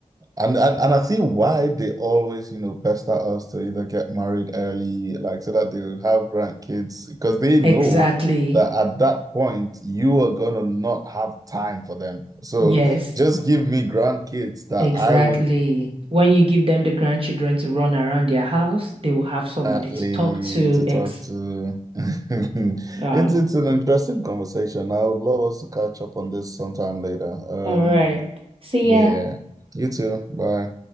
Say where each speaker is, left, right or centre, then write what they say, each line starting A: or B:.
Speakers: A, on the right; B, on the right.
A: and and and I see why they always you know pester us to either get married early, like so that they will have grandkids, because they know
B: Exactly.
A: that at that point you are gonna not have time for them. So
B: Yes,
A: just give me grandkids that
B: exactly.
A: I would.
B: When you give them the grandchildren to run around their house, they will have somebody
A: Exactly
B: to talk to.
A: to
B: Ex.
A: talk to. <laughs>
B: Wow.
A: It's it's an interesting conversation. I would love us to catch up on this sometime later. Um,
B: All right. See
A: yeah.
B: ya.
A: You too. Bye.